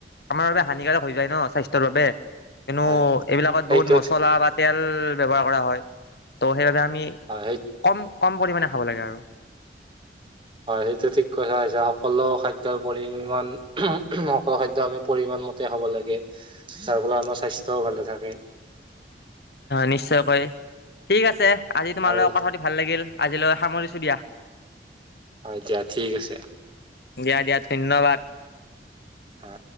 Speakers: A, on the left; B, on the right.
A: আমাৰ বাবে হানিকাৰক হৈ যায় ন স্বাস্থ্যৰ বাবে হেনো
B: হয়
A: এইবিলাকত
B: সেইটোত
A: বহুত মচলা বা তেল ব্যৱহাৰ কৰা হয় ত' সেইবাবে আমি
B: হয় সেই
A: কম কম পৰিমাণে খাব লাগে আৰু
B: হয় সেইটো ঠিক কথা কৈছে সকলো খাদ্যৰ পৰিমান সকলো খাদ্য আমি পৰিমণ মতে হব লাগে তাৰ ফলত আমাৰ স্বাস্থ্যও ভালে থাকে।
A: নিশ্চয়কৈ ঠিক আছে, আজি তোমালোক
B: আৰু
A: কথা পাতি ভাল লাগিল, আজিলৈ সামৰিছো দিয়া।
B: হয় দিয়া ঠিক আছে।
A: দিয়া দিয়া, ধন্যবাদ।
B: হা?